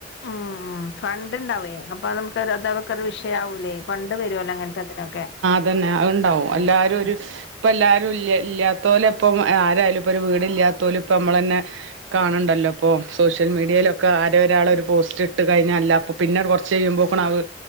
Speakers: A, on the left; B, on the right.
A: ഉം ഉം ഫണ്ട് ഇണ്ടാവേ അപ്പൊ നമുക്ക് അതൊക്കെ ഒരു വിഷയാവൂല്ലേ ഫണ്ട് വരുവൊല്ലോ? ഇങ്ങനത്തെ ഇതിനൊക്കെ?
B: അതെന്നെ അഹ്ണ്ടാവും
A: ഉം
B: എല്ലാരും
A: ഉം
B: ഒരു ഇപ്പൊ എല്ലാരും ഇല്ല്യ ഇല്ല്യത്തോലൊപ്പം ഇപ്പൊ ആരായാലും ഇപ്പൊ ഒരു വീടില്ലാത്തോല് ഇപ്പ നമ്മളന്നെ കാണ് ണ്ടല്ലോ ഇപ്പോ സോഷ്യൽ മീഡിയയിലൊക്കെ ആരേ ഒരാള്
A: ഉം
B: ഒരു പോസ്റ്റ്ട്ട് കഴിഞ്ഞാ അല്ല അപ്പോ പിന്നെ കൊറച്ച് കഴിയുമ്പോൾക്ക് അത്‌